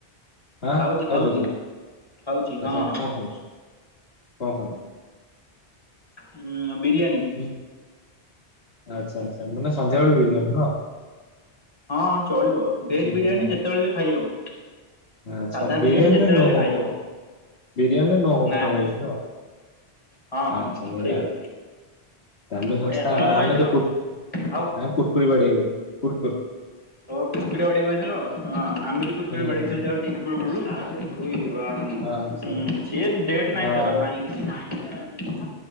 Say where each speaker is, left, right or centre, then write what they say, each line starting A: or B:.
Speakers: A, on the left; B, on the left.
A: ଖାଉଚୁ
B: ଖାଉଛି ଖାଉଛି
A: ତୁ
B: ଖାଉଛି ହଁ
A: ଆଛା
B: ହଁ।
A: କଣ ଖାଉଚୁ? କ ଖାଉଚୁ?
B: ହୁଁ। ବିରିୟାନୀ।
A: ହୁଁ। ଆଚ୍ଛା ଆଛା। ମାନେ ସନ୍ଧ୍ୟା ବେଳୁ ବିରିୟାନି ନୁହ?
B: ହଁଁ ହଁ ଚଳିବ ଭେଜ ବିରିୟାନୀ
A: ଡିନର
B: ଯେତେବେଳେ ଖାଇହବ।
A: ଆଚ୍ଛା
B: ସାଧା
A: ବିରିୟାନୀରେ
B: ବିରିୟାନୀ ଯେତେବେଳେ
A: ନୋ
B: ହେଲେ
A: କମ୍ପ୍ର,
B: ଖାଇହବ
A: ବିରିୟାନୀରେ ନୋ କମ୍ପ୍ରରମାଇଜ୍
B: ନା ନା
A: ନୋ।
B: ହଁ ହଁ
A: ଆଛା
B: ହଁ
A: ବଢିଆ
B: ସେଇ କଥା
A: ଚାଲୁ
B: ବଢିଆ
A: ସଂସ୍ଥା
B: ତମେ କଣ
A: ଆମେ
B: ଖାଇଥିଲ
A: ତ କୁର
B: ଖାଅ
A: ନା କୁରକୁରି ବାଡେଇବୁ କୁର୍ କୁର୍
B: ଓୋ କୁର କୁରି ରେ ବାଡେଇବ ଏଇ ଥର ହଁ। ଆମେ ବି କୁସ୍ର
A: ହୁଁ
B: କୁରି ବାଡେଇଥିଲ
A: ହୁଁ।
B: ଆଉ ଟିକେ ପୂର୍ବରୁ। ଆସେ ଶୋଇବେ। ତୁ ଆସେ ନୁହ
A: ହଁ ଆଚ୍ଛା
B: ହୁଁ ହୁଁ ସିଏ ଡେଟ
A: ହଁ
B: ନାଇଁ ତାର ନାହିଁ କିଛି। <unintelligible>